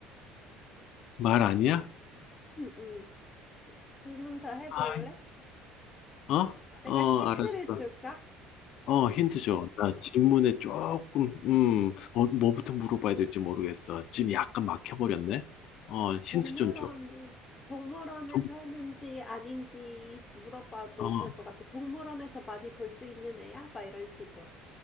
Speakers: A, on the left (about 60°); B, on the left (about 20°).
A: 말 아니야?
B: 응, 응. 질문 더 해볼래?
A: 아, 어?
B: 내가
A: 어,
B: 힌트를
A: 알았어.
B: 줄까?
A: 어, 힌트 줘. 나 질문에 조금, 음, 어, 뭐부터 물어봐야 될지 모르겠어. 지금 약간 막혀버렸네? 어, 힌트
B: 동물원에,
A: 좀 줘.
B: 동물원에
A: 동-
B: 사는지 아닌지 물어봐도
A: 어,
B: 좋을 것 같아. 동물원에서 많이 볼 수 있는 애야? 막 이런 식으로.